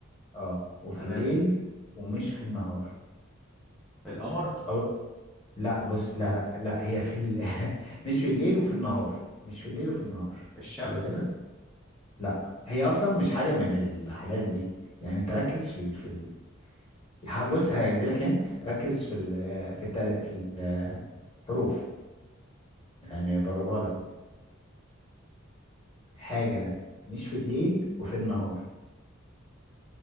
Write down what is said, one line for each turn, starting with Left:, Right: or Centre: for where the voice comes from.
Left: اه وفي
Centre: تمام
Left: الليل ومش في النهار
Centre: القمر
Left: أو لا بص لا لا لا هي في ال... <laughs> مش في الليل وفي النهار مش في الليل وفي النهار
Centre: الشمس
Left: حلو كده لا هي اصلا مش حاجه من الحاجات دي يعني انت ركز في ال... في ال... ه- بص هيديلك انت ركز في ال... في الت... في ال- الحروف يعني بربها لك أهو. حاجه مش في الليل وفي النهار